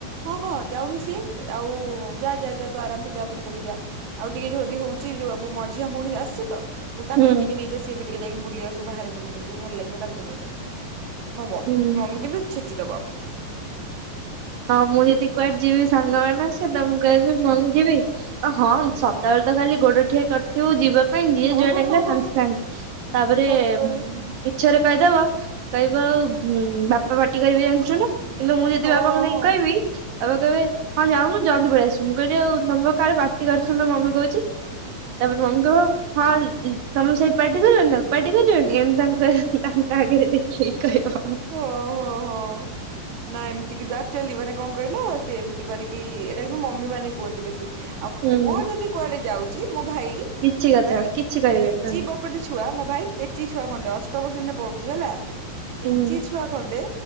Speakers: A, on the right; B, on the right.
A: ହଁ ହଁ ଯାଉନି ସିଏ। ଆଉ ଯା ଯା ହା ଯା ତୁ ଆରାମସେ ଯା ପୁରା ବୁଲି ବୁଲାକି ଆ ଆଉ ଟିକେ ଯଦି ହୋଉଚି ମୋ ମଝିଆ ଭଉଣୀ ଆସିଛିତ ତାକୁୁବି
B: ହୁଁ
A: ଟିକେ ନେଇଯା ସେ ଟିକେ ଯାଇକି ବୁଲି ଆସୁ ବାହାରେ ବୁଲିଲେ ଟିକେ ଭଲ ଲାଗିବ ତାକୁବି ନେଇଯା। <inaudible> ଦବା
B: ହୁଁ
A: କଥା
B: ହଁ ମୁଁ ଯଦି କୁଆଡେ ଯିବି ସାଙ୍ଗମା ମାନେ ସେ କହିବେ କଣ
A: ହୁଁ
B: କିରେ ହଁ
A: ହୁଁ
B: ସେତବେଳେ ତ ଖାଲି ଗୋଡ ଠିଆ କରିଥିବୁ ଯିବା ପାଇଁ ଯିଏ
A: ହଉ
B: ଜୁଆଡ
A: ହଉ
B: ଡାକିଲା
A: ହଉ ହଉ
B: ସାଙ୍ଗେ
A: ହଉ
B: ସାଙ୍ଗେ ତାପରେ
A: ସତରେ
B: ମିଛରେ କହିଦବ କହିବ ହୁଁ ବାପା ପାଟି କରିବେ ଜାଣିଚୁ ନା। କିନ୍ତୁ ମୁଁ ଯଦି
A: ହଁ
B: ବା ବାପାଙ୍କୁ ଜାଇଁକି
A: ହଁ।
B: କହିବି ବାପା କହିବେ ହଁ ଯାଉନୁ ଜଲ୍ଦୀ ପଳେଇ ଆସିବୁ ମୁଁ କହିଲି ଆଉ ତମେ କାଳେ ପାଟି କରୁଥିଲ ମମି କହୁଚି। ତାପରେ କଣ କଲ ହଁ ଇ ସମସ୍ତେ ପାଟି କଲେଣି ପାଟି କଲେଣି ମମି ତାଙ୍କ ତାଙ୍କ ଆଗରେ ଦେଖେଇକି କହିବ।
A: ହଁ ହଁ ହଁ। ନା ଏମିତି କିନ୍ତୁ ଆକଚ୍ୟୁଲୀ ଯିବନିରେ କଣ କହିଲ ସେ ଏମିତି କରିକି ଏଇଟା କିନ୍ତୁ ମମି ମାନେ କୁହନ୍ତି ବେଶୀ ଆଉ
B: ହୁଁ
A: ପୁଅ ଯଦି କୁଆଡେ ଯାଉ <unintelligible>
B: କିଛି
A: ଭାଇ
B: କଥା କିଛି କହିବେନି
A: ପେଚିଡ
B: ତାଙ୍କୁ
A: ବକଟେ ଛୁଆ ମୋ ଭାଇ ତେତିଶି ବ ଖଣ୍ଡେ ଅଷ୍ଟମ ଶ୍ରେଣୀରେ ପଡୁଚି ହେଲା।
B: ହୁଁ
A: ପେଚିଛୁଆ ଖଣ୍ଡେ।